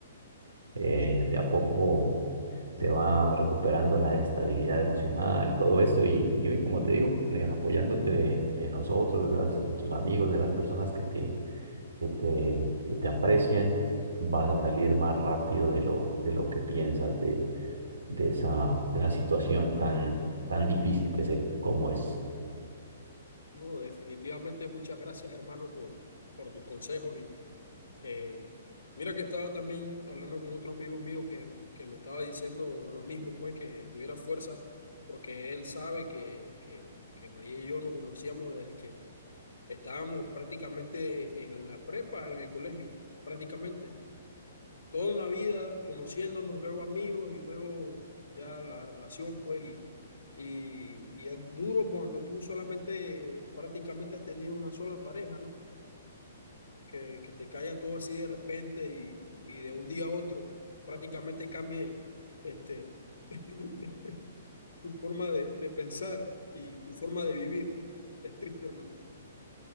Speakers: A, on the right; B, on the left.
A: eh, de a poco se va recuperando la estabilidad emocional, todo eso. Y, y hoy, como te digo, eh, apoyándote de, de nosotros, de, las- de tus amigos, de las personas que te, que te, que te aprecian, vas a salir más rápido de lo, de lo que piensas de, de esa, de esa situación tan, tan difícil que sé cómo es.
B: No, definitivamente muchas gracias, hermano, por, por tus consejos y, Eh, mira que estaba también hablando con otro amigo mío que, que me estaba diciendo lo mismo, pues que tuviera fuerza, porque él sabe que, que, que María y yo nos conocíamos desde que estábamos prácticamente en la prepa, en el colegio, prácticamente. Toda una vida conociéndonos, luego amigos y luego ya la relación, pues, y, y, y es duro cuando tú solamente prácticamente has tenido una sola pareja, ¿no? que, que te caiga todo así de repente y, y de un día a otro prácticamente cambie este, <laughs> tu forma de, de pensar y tu forma de vivir. Es triste, hermano.